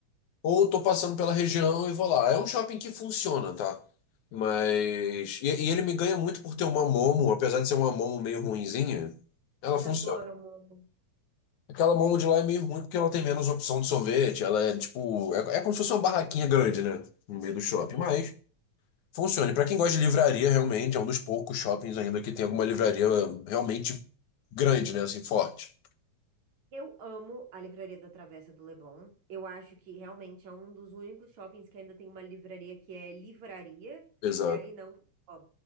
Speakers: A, on the left (about 80°); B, on the right (about 70°).
A: Ou eu tô passando pela região e vou lá. É um shopping que funciona, tá? Mas. E, e ele me ganha muito por ter uma Momo, apesar de ser uma Momo meio ruinzinha, ela funciona.
B: Adoro, amor.
A: Aquela Momo de lá é meio ruim porque ela tem menos opção de sorvete, ela é tipo. É, é como se fosse uma barraquinha grande, né? No meio do shopping, mas. Funcione. Para quem gosta de livraria, realmente, é um dos poucos shoppings ainda que tem alguma livraria realmente grande, né? Assim, forte.
B: Eu amo a Livraria da Travessa do Leblon. Eu acho que realmente é um dos únicos shoppings que ainda tem uma livraria que é livraria,
A: Exato.
B: né? E não ó,